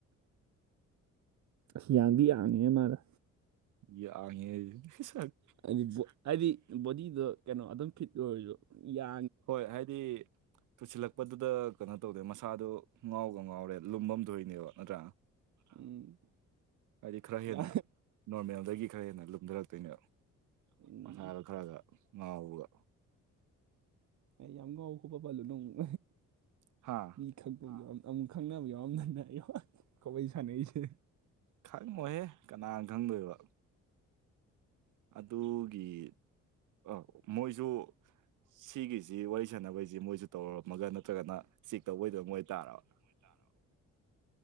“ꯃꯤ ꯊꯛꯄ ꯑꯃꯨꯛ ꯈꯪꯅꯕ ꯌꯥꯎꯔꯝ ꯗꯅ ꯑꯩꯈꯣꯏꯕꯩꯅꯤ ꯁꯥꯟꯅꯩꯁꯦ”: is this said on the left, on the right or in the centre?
Right